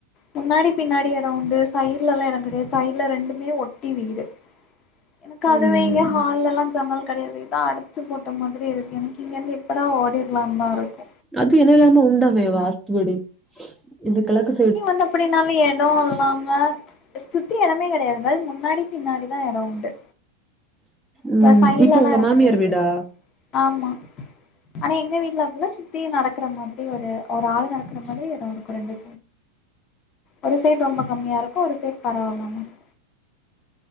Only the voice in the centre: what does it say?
உம்
அது என்னடாமே உண்டாமே வாஸ்துப் படி இந்த கிளாஸ் க்கு
உம்
இப்போ உங்க
மாமியார்
வீடா